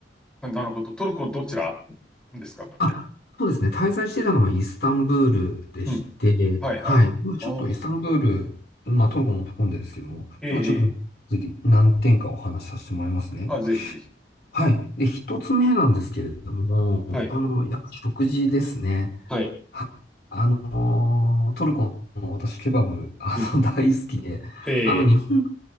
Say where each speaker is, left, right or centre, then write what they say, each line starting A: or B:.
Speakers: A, in the centre; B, on the left.
A: なるほど。トルコどちらですか
B: あ、そうですね。滞在してたのはイスタンブールでして、
A: うん。はいはい。
B: はい。まあちょっとイスタンブール、
A: ああ、
B: まあトルコも含んでですけども、
A: ええ、
B: まあちょっと次何点かお話しさせてもらいますね。
A: ええ。あ、ぜひぜひ。
B: はい。で、一つ目なんですけれども、
A: はい。
B: あの、やっぱ食事ですね。
A: はい。
B: はあのートルコの私、ケバブ、あの、
A: うん。
B: <laughs> 大好きで、
A: ええ。
B: あの、日本の、